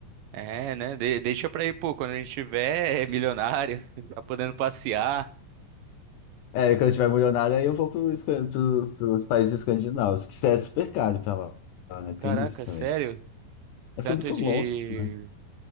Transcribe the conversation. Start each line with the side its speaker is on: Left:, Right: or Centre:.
Right: É, né? de- deixa pra ir, pô, quando a gente tiver é milionário, <laughs> tá podendo passear.
Left: É, quando eu tiver milionário, aí eu vou pro, escan- pro, pros países escandinavos, que é super caro pra lá, né? Tem
Right: Caraca,
Left: isso também.
Right: sério?
Left: É porque
Right: Tanto
Left: é muito
Right: de.
Left: longe, né?